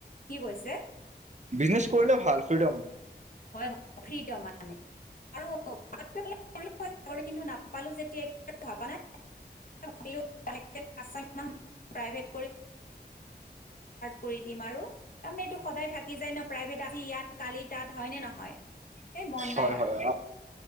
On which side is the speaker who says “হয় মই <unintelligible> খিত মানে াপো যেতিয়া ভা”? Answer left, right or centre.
Left